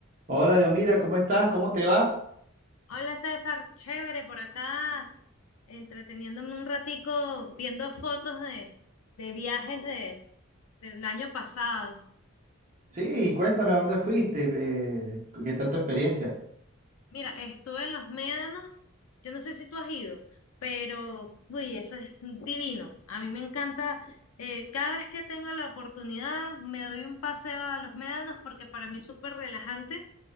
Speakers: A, on the right; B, on the left.
A: Hola, Diomira, ¿cómo estás? ¿Cómo te va?
B: Hola César, chévere por acá, entreteniéndome un ratico viendo fotos de, de viajes de, del año pasado.
A: Sí, cuéntame, ¿a dónde fuiste? Eh, ¿qué tal tu experiencia?
B: Mira, estuve en los Médanos, yo no sé si tú has ido, pero uy, eso es divino. A mí me encanta, eh, cada vez que tengo la oportunidad me doy un paseo a los Médanos porque para mí es súper relajante